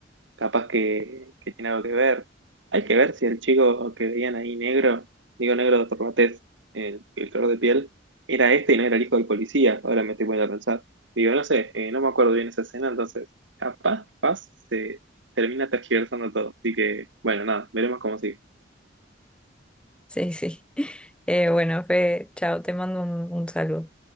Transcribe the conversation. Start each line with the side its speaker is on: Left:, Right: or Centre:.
Right: capaz que, que tiene algo que ver. Hay que ver si el chico que veían ahí negro, digo negro por la tez, el, el color de piel, era este y no era el hijo del policía. Ahora me estoy poniendo a pensar. Digo, no sé, eh, no me acuerdo bien esa escena, entonces capaz, capaz se termina tergiversando todo. Así que, bueno, nada, veremos cómo sigue.
Centre: Sí, sí. <laughs> Eh, bueno, Fe, chao, te mando un, un saludo.